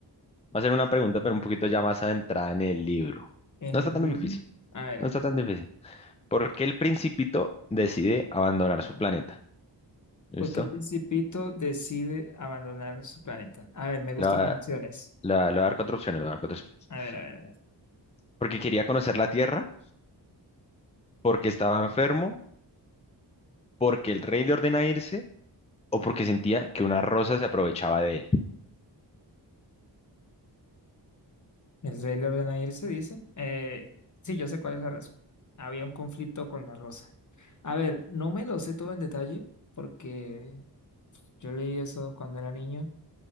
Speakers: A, on the left; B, on the left.
A: va a ser una pregunta, pero un poquito ya más adentrada en el libro.
B: En
A: No
B: el
A: está tan
B: libro.
A: difícil,
B: A ver,
A: no
B: a
A: está
B: ver.
A: tan difícil. ¿Por qué el Principito decide abandonar su planeta? ¿Listo?
B: ¿Por qué Principito decide abandonar su planeta? A ver, me gustan
A: Le voy a
B: las opciones.
A: le voy a- le voy a dar cuatro opciones, le voy a dar cuatro opciones.
B: A ver, a ver. a ver.
A: Porque quería conocer la Tierra, porque estaba enfermo, porque el rey le ordena irse o porque sentía que una rosa se aprovechaba de él.
B: El rey le ordena irse, dice. Eh, sí, yo sé cuál es la razón. Había un conflicto con la rosa. A ver, no me lo sé todo en detalle porque yo leí eso cuando era niño